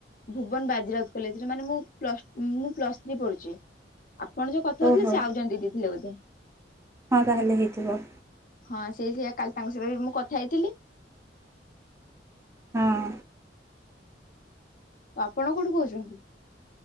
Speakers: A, on the left; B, on the right.
A: ଭୁବନ ବାଜିରାଉତ କଲେଜରେ ମାନେ ମୁଁ ପ୍ଲସ୍ ମୁଁ ପ୍ଲସ୍ ଥ୍ରୀ ପଢୁଚି। ଆପଣ ଯୋଉ କଥା ହେଉଥିଲେ
B: ଓହୋ
A: ସେ ଆଉ ଜଣେ ଦିଦି ଥିଲେ ବୋଧେ?
B: ହଁ ତାହେଲେ ହେଇଥିବ।
A: ହଁ ସେ ସେଇଆ କାଲି ତାଙ୍କ ସହିତ ବି ମୁଁ କଥା ହେଇଥିଲି।
B: ହଁ।
A: ଆପଣ କୋଉଠୁ କହୁଛନ୍ତି?